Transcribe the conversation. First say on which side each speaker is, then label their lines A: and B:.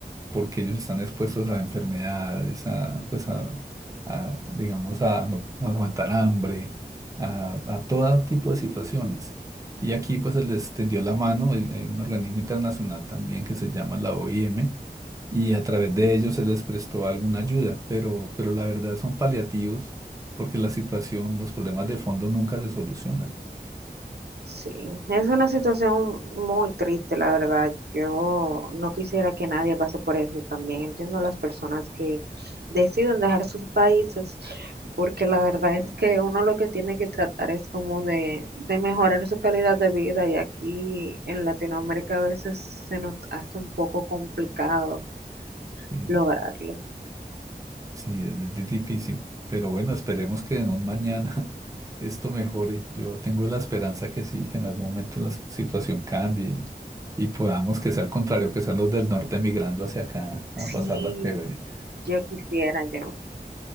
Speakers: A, on the right; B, on the right.
A: porque ellos están expuestos a enfermedades, a, pues a, a, digamos, a no no aguantar hambre, a, a todo tipo de situaciones. Y aquí pues se les tendió la mano, hay hay un organismo internacional también que se llama la OIM, y a través de ellos se les prestó alguna ayuda, pero, pero la verdad son paliativos porque la situación, los problemas de fondo nunca se solucionan.
B: Sí, es una situación muy triste, la verdad. Yo no quisiera que nadie pase por eso también. Entiendo a las personas que deciden dejar sus países, porque la verdad es que uno lo que tiene que tratar es como de, de mejorar su calidad de vida y aquí en Latinoamérica a veces se nos hace un poco complicado
A: ¿sí?
B: lograrlo.
A: Sí, es di- difícil, pero bueno, esperemos que en un mañana <laughs> esto mejore. Yo tengo la esperanza que sí, que en algún momento la situación cambie y, y podamos que sea al contrario, que sean los del norte migrando hacia acá a
B: Sí,
A: pasarla chévere.
B: yo quisiera, yo.